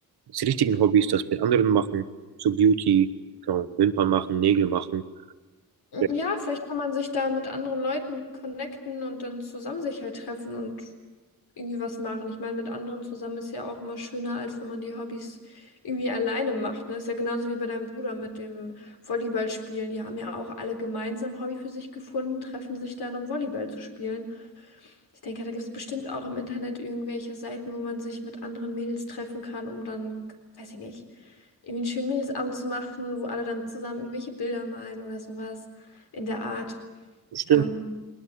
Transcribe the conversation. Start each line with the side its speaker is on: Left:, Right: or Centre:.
Right: als richtigen Hobbys das mit anderen machen. So Beauty, keine Ahnung, Wimpern machen, Nägel machen. Ja,
Left: Ja, vielleicht kann man sich da mit anderen Leuten connecten und dann zusammen sich halt treffen und irgendwie was machen. Ich meine, mit anderen zusammen ist ja auch immer schöner, als wenn man die Hobbys irgendwie alleine macht. Ne? Ist ja genauso wie bei deinem Bruder mit dem Volleyballspielen. Die haben ja auch alle gemeinsam Hobby für sich gefunden, treffen sich dann, um Volleyball zu spielen. Ich denke, da gibt es bestimmt auch im Internet irgendwelche Seiten, wo man sich mit anderen Mädels treffen kann, um dann, weiß ich nicht, irgendwie einen schönen Mädelsabend zu machen, wo alle dann zusammen irgendwelche Bilder malen oder sowas in der Art.
Right: bestimmt.
Left: Ähm,